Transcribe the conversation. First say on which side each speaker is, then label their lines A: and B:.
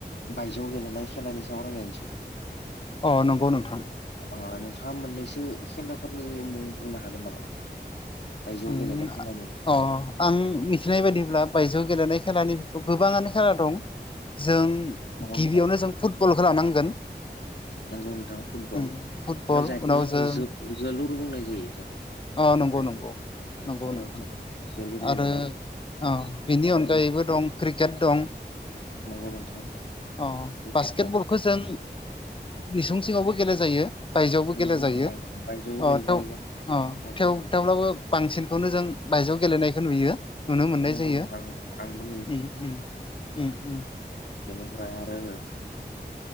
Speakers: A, on the left; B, on the left.
A: बायजोआव गेलेनाय खेलानि सायाव रायज्लायनोसै।
B: अ नंगौ नोंथां
A: ओ अ नोंथाङा मोननैसो खेलाफोरनि मुं बुंनो हागोन नामा? बाय जोआव
B: उम
A: गेलेनाय खेलानि
B: अ आं मिथिनाय बायदिब्ला बायजोआव गेलेनाय खेलानि बिथोराव गोबाङानो खेला दं। जों
A: नंगौ
B: गिबियावनो जों फुटबलखौ लानांगोन।
A: नांगौ नोंथां फुटबल
B: उम
A: ओमफ्राय
B: फुटबल
A: जायखौ
B: उनाव
A: जोङो
B: जों
A: जो-जोलुर बुंनाय जायो जों।
B: अ नंगौ
A: जायखौ
B: नंगौ नंगौ
A: औ
B: नोंथां
A: जोलुर गेलेनाय
B: आरो औ बेनि
A: आरो
B: अनगायैबो दं क्रिकेट दं।
A: नंगौ नोंथां।
B: अ
A: क्रिकेट
B: बास्केटबलखौ
A: दं
B: जों मिसुं सिङावबो गेल जायो। बायजोआवबो
A: नंगौ
B: गेलेजायो
A: नोंथां
B: अ
A: बायजोआव गेलेनाय
B: थ'
A: जों
B: थेव
A: नंगौ
B: थेवब्लाबो बांसिनखौनो जों बायजोआव गेलेनायखौ नुयो। नुनो मोननाय
A: नंगौ
B: जायो।
A: नोंथां आंबो
B: उम उम उम उम
A: बिनिफ्राय आरो